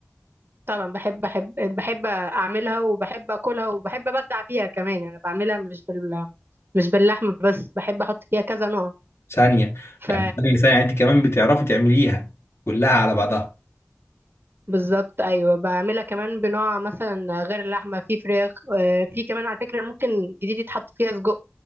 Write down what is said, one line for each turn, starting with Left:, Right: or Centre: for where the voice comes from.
Right: طبعا بحب بحب بحب اعملها وبحب اكلها وبحب ابدع فيها كمان انا بعملها مش بال مش باللحم بس بحب احط فيها كذا نوع
Left: ثانيه
Right: ف
Left: يعني ثانيه ثانيه انت كمان بتعرفي تعمليها كلها على بعضها
Right: بالظبط ايوه بعملها كمان بنوع مثلا غير اللحمه في فراخ آه، في كمان على فكره ممكن جديد يتحط فيها سجق